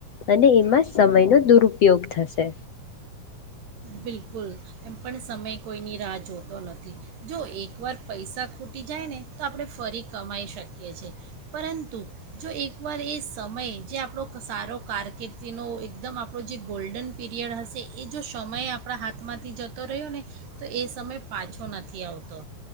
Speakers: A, on the left; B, on the right.
A: અને એમાં સમયનો દુરુપયોગ થશે
B: બિલકુલ એમ પણ સમય કોઈની રાહ જોતો નથી જો એકવાર પૈસા ખૂટી જાય ને તો આપણે ફરી કમાઈ શકીએ છ છેીએ પરંતુ જો એકવાર એ સમય જે આપણો સારો કારકિર્દીનો એકદમ આપણો જે ગોલ્ડન પીરિયડ હશે એ જો સમય આપણા હાથમાંથી જતો રહ્યો ને તો એ સમય પાછો નથી આવતો